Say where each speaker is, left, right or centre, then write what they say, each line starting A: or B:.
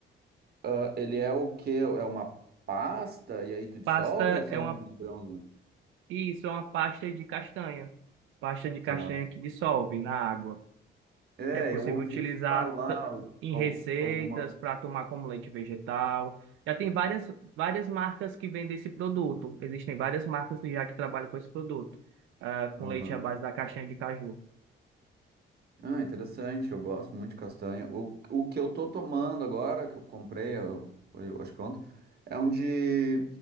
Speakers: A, on the right; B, on the right.
A: ah, ele é o quê? É uma pasta e aí tu dissolve
B: Pasta
A: ou são
B: é uma
A: os grãos?
B: E isso é uma pasta de castanha. Pasta de castanha
A: Tá.
B: que dissolve na água.
A: É,
B: É possível
A: eu ouvi
B: utilizar
A: falar
B: t-
A: al-
B: em
A: al-
B: receitas
A: alguma.
B: para tomar como leite vegetal. Já tem várias, várias marcas que vendem esse produto. Existem várias marcas que já que trabalham com esse produto, ah, com
A: Aham.
B: leite à base da castanha de caju.
A: Ah, interessante. Eu gosto muito de castanha. O, o que eu tô tomando agora, que eu comprei, eu, foi, eu acho que ontem, é um de,